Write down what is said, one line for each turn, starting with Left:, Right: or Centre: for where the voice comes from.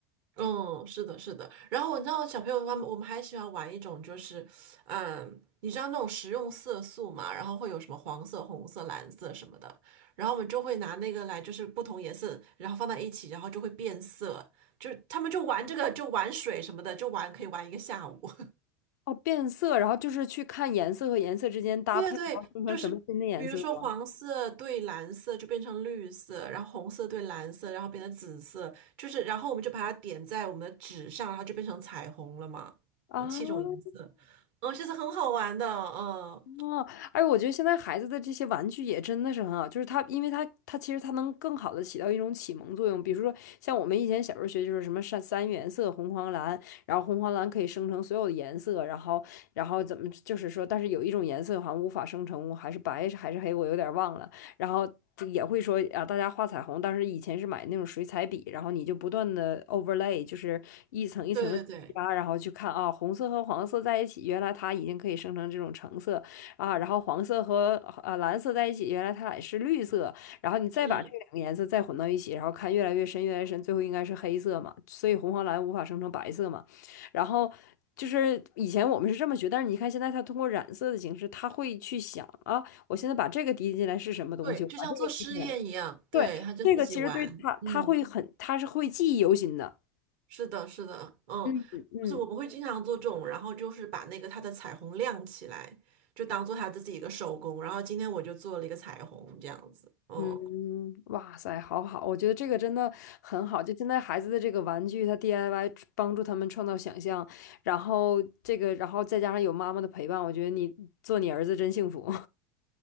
Right: 嗯，是的，是的。然后你知道，小朋友他们我们还喜欢玩一种，就是，嗯，你知道那种食用色素嘛？然后会有什么黄色、红色、蓝色什么的。然后我们就会拿那个来，就是不同颜色，然后放在一起，然后就会变色。就是他们就玩这个，就玩水什么的，就玩可以玩一个下午。
Left: 哦，变色，然后就是去看颜色和颜色之间搭配，
Right: 对对对，
Left: 然后生成什么新的颜色吗？
Right: 就是比如说黄色对蓝色就变成绿色，然后红色对蓝色，然后变成紫色，就是然后我们就把它点在我们的纸上，然后就变成彩虹了嘛，
Left: 啊。
Right: 呃，七种颜色，嗯，其实很好玩的，嗯，
Left: 哦，而我觉得现在孩子的这些玩具也真的是很好，就是他，因为他，他其实他能更好的起到一种启蒙作用。比如说，像我们以前小时候学就是什么三三原色红黄蓝，然后红黄蓝可以生成所有的颜色，然后然后怎么就是说，但是有一种颜色好像无法生成，还是白还是黑，我有点忘了。然后就也会说啊，大家画彩虹，当时以前是买那种水彩笔，然后你就不断的 overlay，就是一层一层的加，
Right: 对对对，
Left: 然后去看啊，红色和黄色在一起，原来它已经可以生成这种橙色。啊，然后黄色和啊蓝色在一起，原来它俩是绿色，然后你再把这两个颜色再混到一起，
Right: 是，
Left: 然后看越来越深，越来越深，最后应该是黑色嘛，所以红黄蓝无法生成白色嘛。然后就是以前我们是这么学，但是你看现在它通过染色的形式，它会去想啊，我现在把这个滴进来是什么东西，
Right: 对，
Left: 我把这个滴进来，
Right: 就像做实验一样，对，
Left: 对，
Right: 他就自己玩，
Left: 这个其实对它，
Right: 嗯。
Left: 它会很，它是会记忆犹新的。
Right: 是的，是的，嗯，
Left: 嗯嗯。
Right: 就是我们会经常做这种，然后就是把那个它的彩虹亮起来，就当做它自己一个手工。然后今天我就做了一个彩虹，这样子，嗯，
Left: 嗯，哇塞，好好，我觉得这个真的很好。就现在孩子的这个玩具，他 DIY 帮助他们创造想象，然后这个，然后再加上有妈妈的陪伴，我觉得你做你儿子真幸福。